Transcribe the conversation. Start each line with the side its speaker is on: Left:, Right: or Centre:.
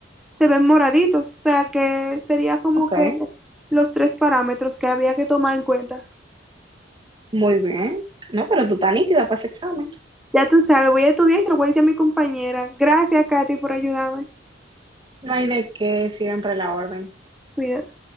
Centre: se ven moraditos, o sea, que sería como
Right: ok,
Centre: que los tres parámetros que había que tomar en cuenta.
Right: muy bien. No, pero tú estás nítida para ese examen.
Centre: Ya tú sabes, voy a estudiar y se lo voy a decir a mi compañera. Gracias, Katy, por ayudarme.
Right: No hay de qué siempre la orden.
Centre: Cuídate.